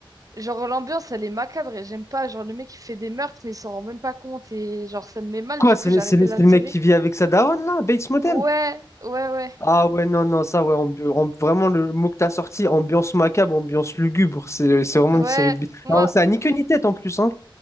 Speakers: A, on the right; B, on the left.
A: genre, l'ambiance, elle est macabre et j'aime pas. Genre, le mec, il fait des meurtres, mais il s'en rend même pas compte. Et genre, ça me met mal.
B: Quoi,
A: Du
B: c'est
A: coup,
B: le
A: j'ai
B: c'est
A: arrêté
B: le-
A: la
B: c'est le
A: série.
B: mec qui vit avec sa daronne, là, Bates Motel?
A: Ouais, ouais, ouais.
B: Ah, ouais, non, non, ça, ouais, ambi- am- vraiment, le mot que t'as sorti, ambiance macabre, ambiance lugubre, c'est c'est vraiment
A: Ouais,
B: une série de. bi-
A: moi,
B: Alors, ça a ni queue ni tête en plus, hein.